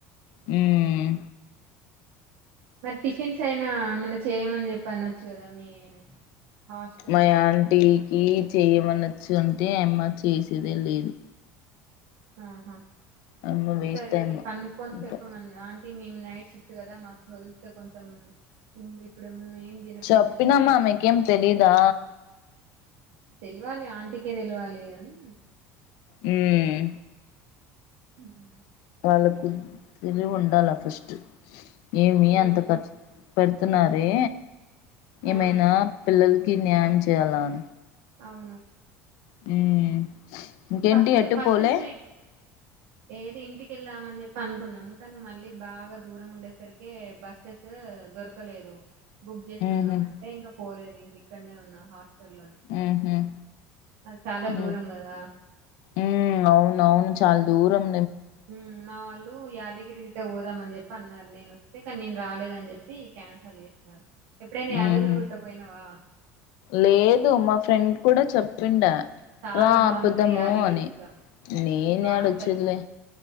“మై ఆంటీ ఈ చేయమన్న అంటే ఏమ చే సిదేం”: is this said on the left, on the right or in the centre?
Left